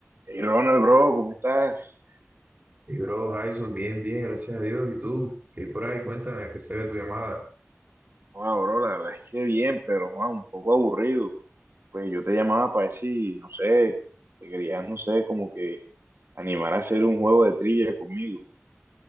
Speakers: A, on the right; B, on the right.
A: Hey Ronald, bro, ¿cómo estás?
B: Y bro, Jason, bien, bien, gracias a Dios. ¿Y tú? ¿Qué hay por ahí? Cuéntame, que se ve tu llamada.
A: Wow, bro, la verdad es que bien, pero wow, un poco aburrido. Pues yo te llamaba para decir, no sé, te querías, no sé, como que animar a hacer un juego de trivia conmigo.